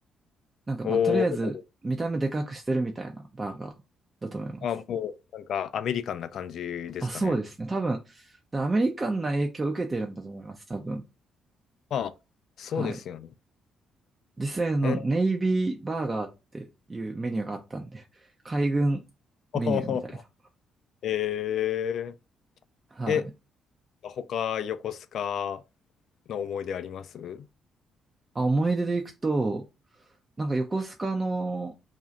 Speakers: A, on the right; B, on the left.
A: なんかまあとりあえず見た目でかくしてるみたいなバーガーだと思います。
B: おーあ、もう、なんか、アメリカンな感じですかね。
A: あ、そうですね。多分、でアメリカンな影響を受けてるんだと思います、多分。
B: まあ、そうですよね。
A: はい。実際のネイビーバーガーっていうメニューがあったんで、
B: え、<laughs>
A: 海軍メニューみたいな。
B: ほほほえ
A: はい。
B: ー、え、他、横須賀の思い出ありますは
A: あ、思い出で行くと、なんか横須賀の、